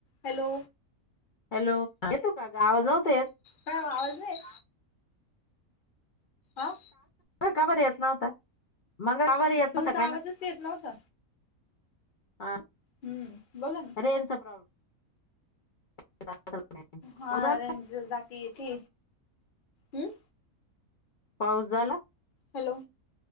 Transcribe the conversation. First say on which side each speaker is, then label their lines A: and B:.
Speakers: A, on the left; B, on the left.
A: Hello
B: hello येतो आवाज नव्हता येत
A: काय हो आवाज नाही येत आं
B: मगा का बरं येत न होता मंगा का बर येत
A: तुमचा
B: नव्हता का
A: आवाजच
B: ना
A: येत नव्हता
B: हा
A: हम्म बोला ना
B: रेंजचा प्रॉब्लेम <inaudible>
A: हा
B: पाऊस झाला
A: रेंज जाती येते हम्
B: पाऊस झाला
A: हॅलो